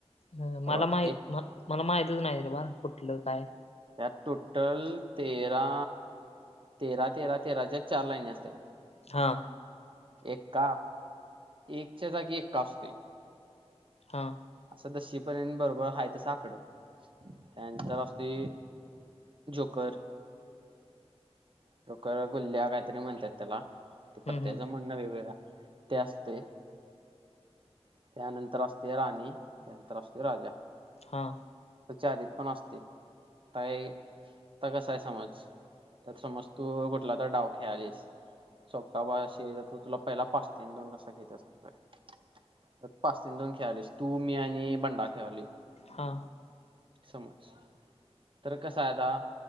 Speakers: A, on the left (about 70°); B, on the right (about 50°).
A: हा मला
B: बघ
A: माहीत
B: एक
A: मला माहितच नाही रे बा कुठलं काय
B: यात टोटल तेरा तेरा तेरा तेराच्या चार लाईनी असत्यात
A: हा
B: एक्का एकच्या जागी एक्का असतोय.
A: हां
B: असं दशी पर्य बरोबर हाय त साकडं त्यानंतर असते झोकर टोकर गुल्ल्या काहीतरी म्हणत्यात त्याला ते
A: हम्म
B: पत्त्याचा
A: हम्म
B: म्हणं वेगवेगळा ते असते त्यानंतर असते राणी त्यानंतर असते राजा
A: हां
B: तर चारित पण असते ताय त कस आहे समज त्यात समज तू कुठला तर डाव खेळालीस सोपपा बाय अशी तुला पहिला पाच तेन दोन कसा खेळतात सांगू काय? पाच तन दोन खेळालीस तू मी आणि बंडा खेळालोय
A: हा
B: समज तर कसा आता